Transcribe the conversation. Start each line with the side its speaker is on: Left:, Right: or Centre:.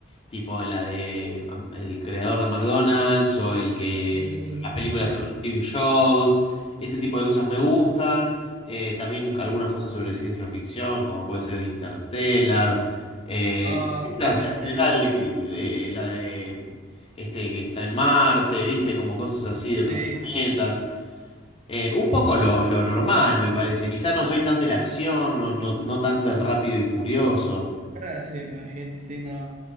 Left: tipo la de am, el creador de McDonald's o el que
Right: Mm,
Left: las películas
Right: ya
Left: sobre
Right: te entiendo.
Left: TV shows, ese tipo de cosas me gustan. Eh, también algunas cosas sobre ciencia ficción, como puede ser Interstellar. eh,
Right: Ah,
Left: esas
Right: qué buena
Left: en
Right: película.
Left: general, de que, eh, eh, la de este que está en Marte, viste, como cosas así de otros
Right: Sí.
Left: planetas. Eh, un poco lo, lo normal, me parece. Quizá no soy tan de la acción, no, no, no tan del rápido y furioso.
Right: Ah, sí, me imagino, sí, no.